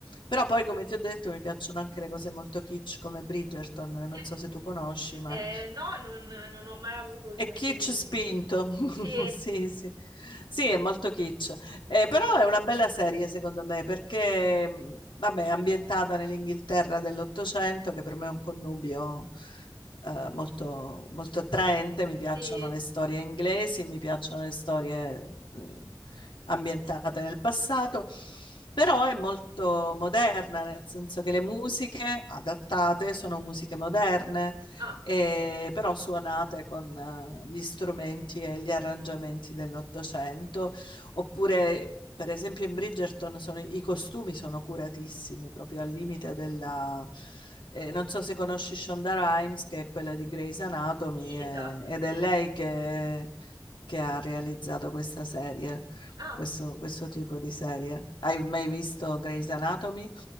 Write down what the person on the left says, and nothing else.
Però poi, come ti ho detto, mi piacciono anche le cose molto kitsch come Bridgerton, non
so se tu conosci, ma
è
kitsch
spinto,
<laughs>
sì, sì, sì, è molto kitsch, Eh, però è una bella serie secondo me perché, mh, vabbè, è ambientata nell'Inghilterra dell'Ottocento, che per me è un connubio eh, molto, molto attraente, mi piacciono
le storie inglesi, mi piacciono le storie eh, ambientate nel passato, però è molto moderna, nel senso che le musiche adattate sono musiche moderne
e-
però suonate con eh, gli strumenti e gli arrangiamenti dell'Ottocento, oppure per esempio in Bridgerton sono- i costumi sono curatissimi, proprio al limite della... eh, non so se conosci Shonda Rhimes, che è quella di Grey's Anatomy,
e-
ed
è lei che, che ha realizzato questa serie,
questo, questo tipo di serie. Hai mai visto Grey's Anatomy?